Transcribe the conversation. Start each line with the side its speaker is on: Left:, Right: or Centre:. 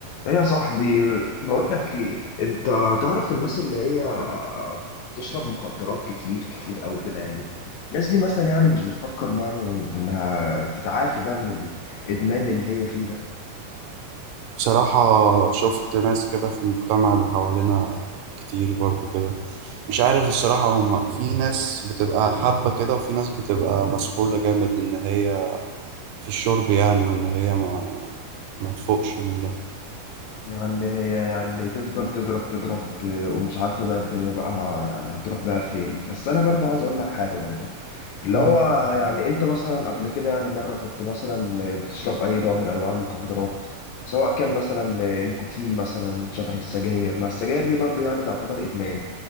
Left: ايه يا صاحبي بقول لك ايه انت تعرف الناس اللي هي بتشرب مخدرات كتير كتير او كده يعني الناس دي مثلا يعني مش بتفكر مرة انها تتعافي بقى من الادمان اللي هي فيه ده
Right: بصراحة شفت ناس كده في المجتمع اللي حوالينا كتير برضو كده مش عارف الصراحة هم في ناس بتبقى حابة كده وفي ناس بتبقى مسحولة جامد إن هي في الشرب يعني وإن هي ما ما تفوقش من ده
Left: يعني هي يعني تفضل تضرب تضرب ومش عارفة بقى الدنيا بقى يعني هتروح بقى لفين بس انا برضه عايز اقول لك حاجة برضه اللي
Right: مم.
Left: هو يعني انت مثلا قبل كده يعني مرة كنت مثلا بتشرب اي نوع من انواع المخدرات سواء كان مثلا نيكوتين مثلا شبه السجاير ما السجاير دي برضه يعني تعتبر ادمان